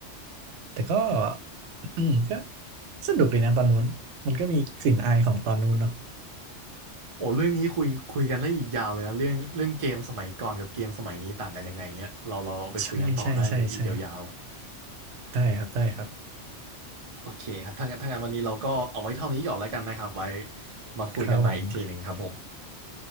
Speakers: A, on the right; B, on the right.
A: แต่ก็อืมก็สนุกดีนะตอนนู้นมันก็มีกลิ่นอายของตอนนู้นเนาะ
B: โอ้เรื่องนี้คุยคุยกันได้อีกยาวเลยนะเรื่องเรื่องเกมสมัยก่อนกับเกมสมัยนี้ต่างกันยังไงเนี้ยเราเราเอาไปคุยกันต่อได้เลยอีกยาวๆอ่ะ
A: ใช่ใช่ใช่ใช่ได้ครับได้ครับ
B: โอเคครับถ้างั้นถ้างั้นวันนี้เราก็เอาไว้เท่านี้ก่อนแล้วกันนะครับไว้มาคุยกันใหม่อีกทีหนึ่งครับผม
A: ครับผม